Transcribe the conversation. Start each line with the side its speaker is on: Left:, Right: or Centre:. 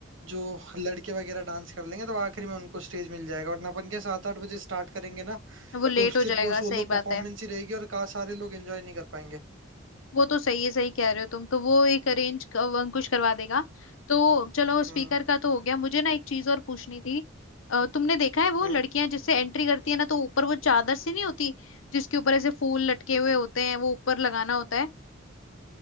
Right: जो लड़के वगैरह डांस कर लेंगे तो आखिरी में उनको स्टेज मिल जाएगा वरना अपन क्या सात आठ बजे स्टार्ट करेंगे ना
Left: वो लेट
Right: तो सिर्फ
Left: हो जाएगा
Right: वो सोलो
Left: सही
Right: परफॉर्मेंस
Left: बात है
Right: ही रहेगी और का सारे लोग एंजॉय नहीं कर पाएंगे
Left: वो तो सही है सही कह रहे हो तुम तो वो एक अरेंज अंकुश करवा देगा तो चलो स्पीकर
Right: हम्म
Left: का तो हो गया मुझे ना एक चीज और पूछनी थी अ, तुमने देखा है वो
Right: हम्म
Left: लड़कियां जिससे एंट्री करती है ना तो ऊपर वो चादर सी नहीं होती जिसके ऊपर ऐसे फूल लटके हुए होते हैं वो ऊपर लगाना होता है